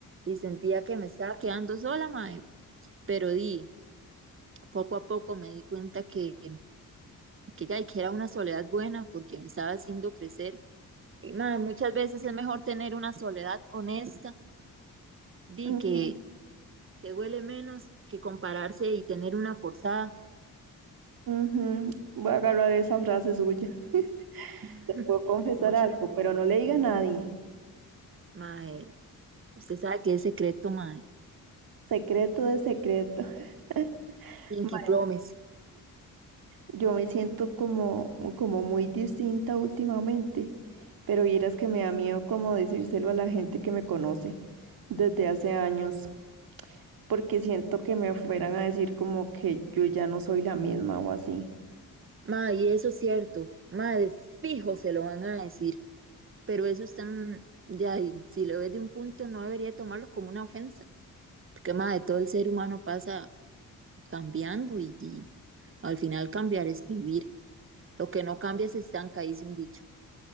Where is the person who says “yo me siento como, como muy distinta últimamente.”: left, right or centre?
Right